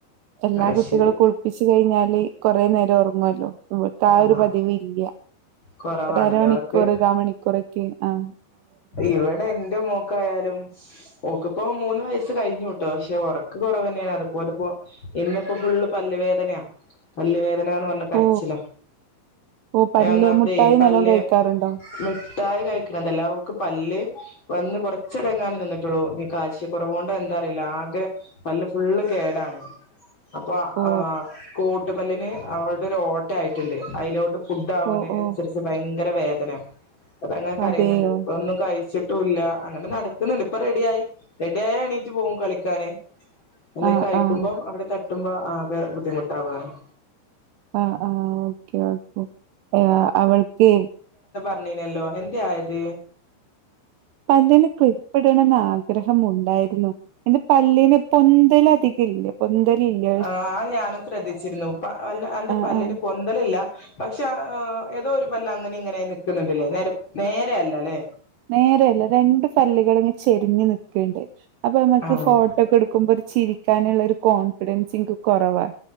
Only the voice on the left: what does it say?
അയ്
ശരി
ആഹ്
കൊറവാണല്ലേ
ഒറക്ക്
ഇവിടെ എന്റെ മോക്കായാലും ഓക്കിപ്പോ മൂന്ന് വയസ്സ് കഴിഞ്ഞുട്ടോ പക്ഷെ ഉറക്ക് കുറവന്നെയണ് അതുപോലെപ്പോ ഇന്ന്പ്പോ ഫുള്ള് പല്ല് വേദനയാ പല്ല് വേദനന്ന് പറഞ്ഞ് കരച്ചില
ഒന്നാമത്
പല്ല്
മിഠായി കഴിക് തെല്ല ഓക്ക് പല്ല് വന്ന് കുറച്ചടങ്ങാനെ നിന്നിട്ടുള്ളൂ ഇനി കാൽസ്യെ കുറവോണ്ട എന്താറിയില്ല ആകെ പല്ല് ഫുള്ള് കേടാണ് അപ്പൊ
ആ കോട്ടുപല്ലിന് അവടെ ഒരു ഓട്ട ആയിട്ടുണ്ട് അതിലോട്ട് ഫുഡ് ആകുന്ന
അനുസരിച്ച് ഭയങ്കര വേദന അതങ്ങനെ കര
യുന്നുണ്ട് ഒന്നും കഴിച്ചിട് ട്ടുല്ല അങ്ങനെ നടക്കുന്നുണ്ട് ഇപ്പൊ റെഡിയായി റെഡിയായാൽ എണീറ്റ് പോകും കളിക്കാന് എന്തേലും
കഴിക്കുമ്പം
അവിടെ തട്ടുമ്പോ ആകെ ബുദ്ധിമുട്ടാവുകയാണ്
ണ്ണിനല്ലോ എന്തെ ആയത്
ആഹ് അത് ഞാനും ശ്രദ്ധിച്ചിരുന്നു അല്ല അന്റെ
പല്ലിന്
പൊന്തലില്ല പക്ഷെ ഏതോ ഒരു പല്ല് അങ്ങനെ ഇങ്ങനായി നിൽക്കുന്നുണ്ട്ലെ നേരെ നേര അല്ല ലെ
ആഹ്